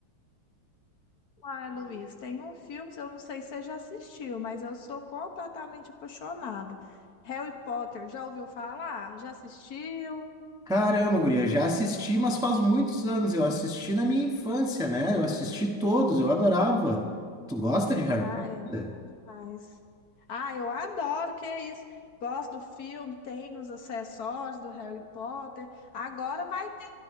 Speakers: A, on the left; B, in the centre.
A: Uai, Luiz, tem um filme, eu não sei se você já assistiu, mas eu sou completamente apaixonada. Harry Potter, já ouviu falar? Já assistiu?
B: Caramba, guria, já assisti, mas faz muitos anos. Eu assisti na minha infância, né? Eu assisti todos, eu adorava. Tu gosta de Harry
A: Ah,
B: Potter?
A: era bom demais. Ah, eu adoro, que é isso. Gosto do filme, tem os acessórios do Harry Potter. Agora vai ter